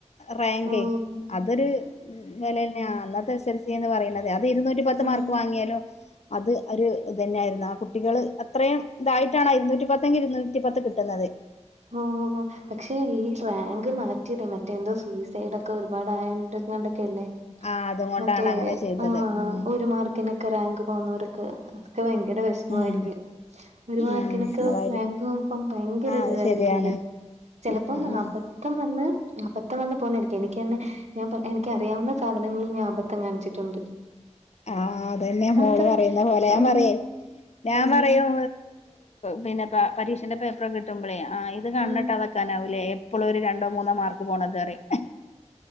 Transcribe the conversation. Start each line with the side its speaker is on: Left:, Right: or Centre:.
Left: റാങ്കെ
Right: ഉം
Left: അതൊര് ഉം വെലന്നയാ അന്നത്തെ എസൽസി പറയുന്നത്. അത് ഇരുന്നൂറ്റി പത്ത്
Right: ഉം
Left: മാർക്ക്
Right: ഉം
Left: വാങ്ങിയാലും അത് ഒര് ഇതെന്നെയായിയിരുന്നു. ആ കുട്ടികള് അത്രയും ഇതായിട്ടാണ് ഇരുന്നൂറ്റി പത്തെങ്കി ഇരുന്നൂറ്റി പത്ത് കിട്ടുന്നത്
Right: ഓഹ് പക്ഷെ ഈ റാങ്ക് മാറ്റിയത് മറ്റേ ന്തോ സൂയിസൈഡ് ഒക്കെ ഒരുപാട് ആയണ്ട് യോണ്ടക്കെയല്ലേ
Left: ആഹ് അതുകൊണ്ടാണ്
Right: മറ്റേ
Left: അങ്ങനെ ചെയ്തത്
Right: ആ
Left: ഉം
Right: ഒരു മാർക്ക്ന് ക്കെ റാങ്ക് പോവുന്നവർക്ക് അതൊക്കെ ഭയങ്കര വെ ഷമായിരിക്കും.
Left: ഉം
Right: ഒരു മാർക്കിനൊക്കെ
Left: ഉം അതായിരിക്കും
Right: റാങ്ക് പോകുമ്പം ഭയ ങ്കര
Left: ആഹ്
Right: ഒര്തായിരിക്കൂലെ
Left: അത് ശരിയാണ്
Right: ചിലപ്പം
Left: ഉം ഉം
Right: അപ ത്തം വന്ന് അബത്തം വന്ന് പോവ്ന്നാരിക്കും എനിക്കന്നെ ഞാൻ പറ് എനിക്ക അറിയാവുന്ന സാധനങ്ങളിൽ ഞാൻ അബദ്ധം കാണിച്ചിട്ടുണ്ട്
Left: ആഹ് അതെന്നെ മോള്
Right: അത്രേ
Left: പറയുന്ന പോലെ ഞാൻ
Right: ഉം
Left: പറയേ ഞാൻ
Right: ഉം
Left: പറയും പിന്നെ പ പരീക്ഷന്റെ പേപ്പറൊക്കെ കിട്ടുമ്പളേ ആ ഇത് കണ്ണട്ടാതെ
Right: ഉം
Left: നിക്കാനാവുലെ ഇപ്പളൊരു രണ്ടോ മൂന്നോ മാർക്ക് പോണത്റിം